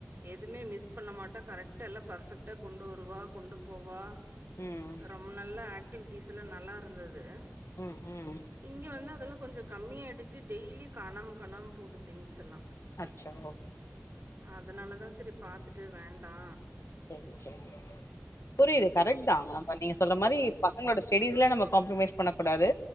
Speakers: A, on the right (about 50°); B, on the left (about 85°).
A: எதுமே மிஸ் பண்ண மாட்டா கரெக்ட்டா எல்லா பர்ஃபெக்ட்டா கொண்டு வருவா கொண்டு போவா
B: ம்
A: நம்ம நல்லா ஆக்டிவிட்டிஸ்லா நல்லா இருந்துது
B: ம் ம்
A: இங்க வந்து அதல்லா கொஞ்ச கம்மி ஆயிருச்சி டெய்லி காணாம காணாம போது திங்ஸ் எல்லா
B: அச்சோ
A: அதனால தா சரி பாத்துட்டு வேண்டா
B: செரி செரி புரியிது கரெக்ட் தா நீங்க சொல்ற மாரி பசங்களோட ஸ்டெடீஸ்ல நம்ம காம்பரமைஸ் பண்ணக் கூடாது